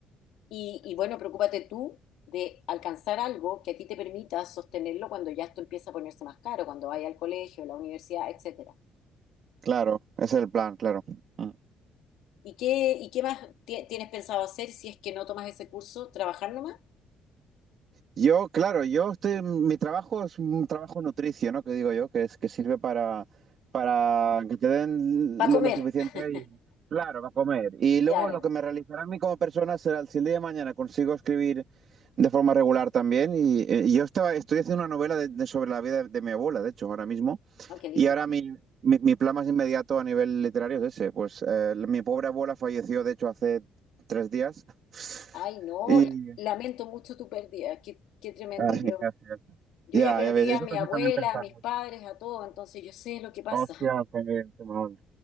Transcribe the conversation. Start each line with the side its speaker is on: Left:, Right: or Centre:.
Left: Y, y bueno, preocúpate tú de alcanzar algo que a ti te permita sostenerlo cuando ya esto empieza a ponerse más caro, cuando vaya al colegio, la universidad, etcétera.
Right: Claro, ese es el plan, claro. Mm.
Left: ¿Y qué, y qué más ti- tienes pensado hacer si es que no tomas ese curso? ¿Trabajar nomás?
Right: Yo, claro, yo estoy, mi trabajo es un trabajo nutricio, ¿no? Que digo yo, que es que sirve para, para que te den
Left: Para comer.
Right: lo, lo suficiente
Left: <laughs>
Right: y, claro, para comer. Y luego
Left: Claro.
Right: lo que me realizará a mí como persona será si el día de mañana consigo escribir de forma regular también. Y, eh, yo estaba, estoy haciendo una novela de- de- sobre la vida de, de mi abuela, de hecho, ahora mismo.
Left: Ah, qué lindo.
Right: Y ahora mi, mi, mi plan más inmediato a nivel literario es ese. Pues eh, mi pobre abuela falleció, de hecho, hace tres días. <laughs>
Left: Ay, no,
Right: Y,
Left: la- lamento mucho tu pérdida. Qué, qué tremendo.
Right: ay,
Left: Yo,
Right: gracias.
Left: yo
Right: Ya,
Left: ya perdí
Right: ya ves, eso
Left: a mi
Right: te
Left: abuela,
Right: hace también pensar
Left: a mis
Right: mucho.
Left: padres, a todo, entonces yo sé lo que pasa.
Right: Hostia,
Left: <laughs>
Right: qué, qué mal.